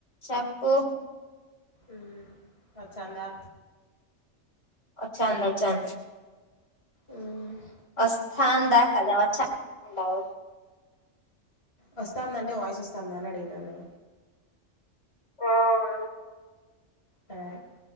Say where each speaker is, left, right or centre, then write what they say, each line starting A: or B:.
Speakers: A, on the left; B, on the left.
A: చప్పు
B: ఉమ్ వచ్చందా
A: వచ్చంద్ వచ్చంది
B: ఆహ్
A: వస్తందా కదా వచ్చందంటవూ
B: వస్తాందంటే వాయిస్ వస్తాందా అని అడిగిననే
A: ఓహ్
B: తాడ్